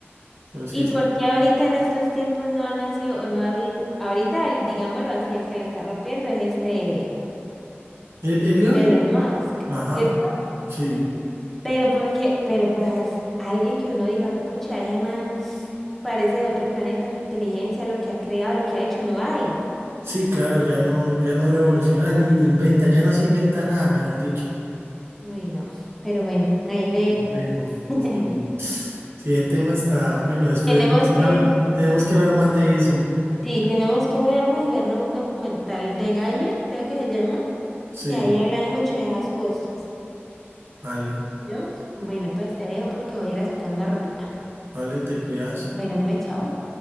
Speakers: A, on the right; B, in the centre.
A: Entonces,
B: ¿Y por qué ahorita en estos tiempos no ha nacido o no ha habido? Ahorita, el, digámoslo así, el que la está rompiendo es este
A: el, el león,
B: Elon Musk.
A: ajá,
B: ¿cierto?
A: sí,
B: Pero porque, pero pues as- alguien que uno diga, juepucha, ese man parece de otro planeta, su inteligencia, lo que ha creado, lo que ha hecho, no hay.
A: sí, claro, ya no, ya no revoluciona ni, ni inventa, ya no se inventa nada, mejor dicho.
B: Uy, no. Pero bueno, ahí le
A: Lejos,
B: <laughs>
A: sí. Sí, el tema está, bueno, después
B: tenemos que,
A: tenemos que hablar más de eso.
B: sí, tenemos que vernos y vernos un documental de Gaia, creo que se llama,
A: Sí,
B: que ahí hablan mucho de esas cosas.
A: vale.
B: ¿Yo? Bueno, pues te dejo porque voy a ir a sacar una ropita.
A: Vale, te cuidas.
B: Bueno, pues chao.